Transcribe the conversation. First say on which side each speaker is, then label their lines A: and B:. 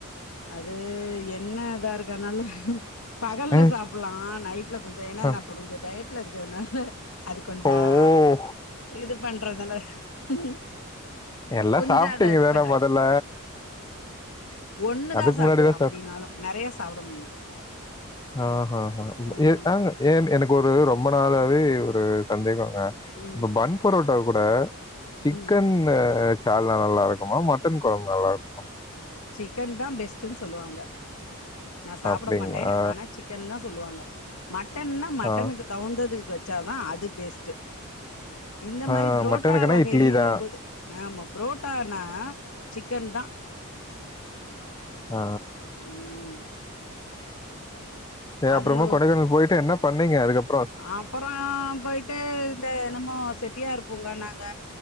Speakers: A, on the left (about 70°); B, on the left (about 20°).
A: அது என்ன இதா இருக்கனால பகல்லல
B: அ.
A: சாப்பிடலாம் நைட்ல கொஞ்சம் ஏன்னான
B: அ.
A: இப்ப கொஞ்சம் டயட் ல இருக்கதுனால அது கொஞ்சம்
B: ஓ!
A: இது பண்றதுனால ம்
B: எல்லாம்
A: கொஞ்சம்
B: சாப்பிட்டீங்கதானே
A: அத இது பண்றேன்
B: முதல்ல
A: ஒண்ணுதான்
B: அதுக்கு
A: சாப்பிடுவேன்
B: முன்னாடி தான்
A: அப்படின்னாலும்
B: சாப்பிட்டேன்
A: நிறைய சாப்பிட முடியல
B: ஆஹ் ஆஹ்ஹ
A: ம்
B: அங்க ஏ என் எனக்கு ஒரு ரொம்ப நாளாவே ஒரு சந்தேகம்
A: ம்
B: இப்ப பன் பரோட்டாவ கூட சிக்கன்
A: ம்
B: சால்னா நல்லா இருக்குமா மட்டன் கொழம்பு நல்லா இருக்குமா
A: சிக்கன் தான் பெஸ்ட்னு சொல்லுவாங்க நா சாப்புட
B: அப்படிங்களா
A: மாட்டேன் ஆனா சிக்கன் தான் சொல்லுவாங்க மட்டன்னா மட்டனுக்கு
B: ஆ,
A: தவுந்தது வ வச்சாதான் அது பேஸ்ட்டு இந்த
B: ஆ,
A: மாதிரி புரோட்டா
B: மட்டனுக்குன்னா
A: வகைகிம்
B: இட்லி தான்
A: போது ஆமா புரோட்டானா சிக்கன் தான்
B: ஆ.
A: ம்
B: சே
A: அதுல
B: அப்புறமா கொடைக்கானல் போயிட்டு என்ன பண்ணீங்க அதுக்கப்
A: அப்பறோ போயிட்டு இந்த என்னமோ செட்டியார் பூங்கான்னாங் க